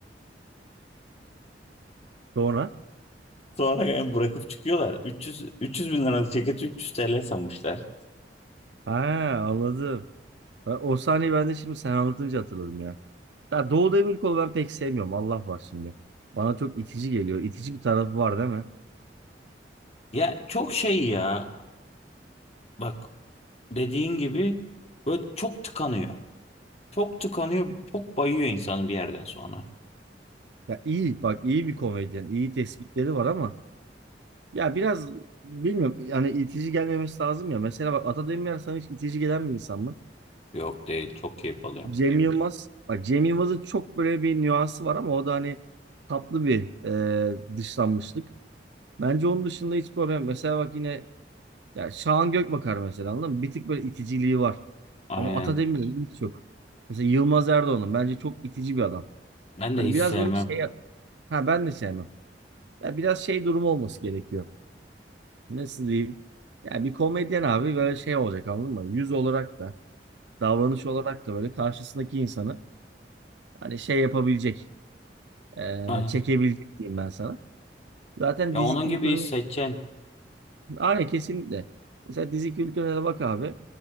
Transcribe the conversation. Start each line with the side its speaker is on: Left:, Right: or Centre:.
Right: Sonra
Left: Sonra yani bırakıp çıkıyorlar. 300, 300 bin liralık ceketi 300 TL sanmışlar.
Right: Ha anladım. Ben, o sahneyi ben de şimdi sen anlatınca hatırladım ya. Ya Doğu Demirkol'u ben pek sevmiyorum. Allah var şimdi. Bana çok itici geliyor. İtici bir tarafı var değil mi?
Left: Ya çok şey ya. Bak dediğin gibi böyle çok tıkanıyor. Çok tıkanıyor. Çok bayıyor insanı bir yerden sonra.
Right: Ya iyi bak iyi bir komedyen. iyi tespitleri var ama ya biraz bilmiyorum yani itici gelmemesi lazım ya. Mesela bak Ata Demirer sana hiç itici gelen bir insan mı?
Left: Yok değil. Çok keyif alıyor.
Right: Cem Yılmaz. Bak Cem Yılmaz'ın çok böyle bir nüansı var ama o da hani tatlı bir e, dışlanmışlık. Bence onun dışında hiç problem. Mesela bak yine Ya Şahan Gökbakar mesela anladın mı? Bir tık böyle iticiliği var.
Left: Aynen.
Right: Ama Ata Demirer'in hiç yok. Mesela Yılmaz Erdoğan'ın bence çok itici bir adam.
Left: Ben
Right: Hani
Left: de hiç
Right: biraz
Left: sevmem.
Right: böyle şey ha ben de sevmem. Ya biraz şey durumu olması gerekiyor. Nasıl diyeyim? Ya bir komedyen abi böyle şey olacak anladın mı? Yüz olarak da davranış olarak da böyle karşısındaki insanı hani şey yapabilecek, eee,
Left: Aynen.
Right: çekebilecek diyeyim ben sana. Zaten
Left: Ya
Right: dizi
Left: onun
Right: kültüründe
Left: gibi seçen.
Right: Aynen kesinlikle. Mesela dizi kültürüne de bak abi.